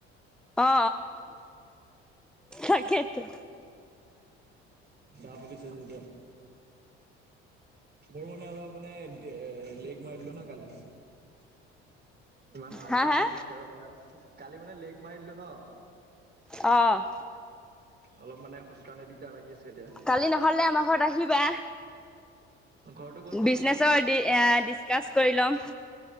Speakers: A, in the centre; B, on the right (about 30°).
A: অ তাকেটো
B: দা খুলিছে যেতিয়া মোৰ মানে অলপ মানে দে লেগ মাৰি দিলো ন কালি ইমান ভালকে
A: হা
B: মানে
A: হা
B: খোজকাঢ়িব পাৰ কালি মানে লেগ মাৰি দিলো ন
A: অ',
B: অলপ মানে খোজ কৰণে দিগদাৰ লাগি আছে এতিয়া
A: কালি নহলে আমাৰ ঘৰত আহিবা
B: ঘৰটো ক'ত বা
A: বিজনেচৰ
B: তোমাৰ
A: ডি এ ডিচকাচ কৰি লম